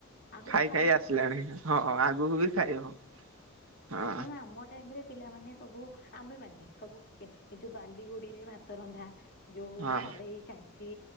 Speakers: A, on the left; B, on the right.
A: ଆହୁରି
B: ଖାଇ-ଖାଇ
A: ଖାଇବ
B: ଆସିଲାଣି ହଁ ଆଗକୁ ବି ଖାଇବ, ହଁ
A: ନା ଆମୋ ଟାାଇମରେ, ପିଲାମାନେ ସବୁ ଆମେ ମାନେ ସବୁ ଏ ଯୋଉ ବାଲିଗୁଡିରେ ଭାତ ରନ୍ଧା, ଯୋଉ
B: ହଁ
A: ସଢଡେଇ କାଞ୍ଚି